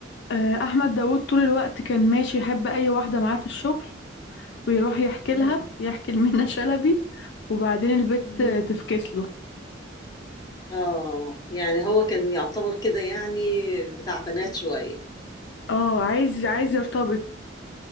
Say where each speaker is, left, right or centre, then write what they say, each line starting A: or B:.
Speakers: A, on the left (about 65°); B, on the left (about 20°).
A: آه، احمد داوود طول الوقت كان ماشي يحب اي واحده معاه في الشغل ويروح يحكي
B: اه
A: لها يحكي لمنى <laughs> شلبي وبعدين البت
B: مم.
A: تفكس له
B: اه يعني هو كان يعتبر كده يعني بتاع بنات شوية
A: اه عايز عايز يرتبط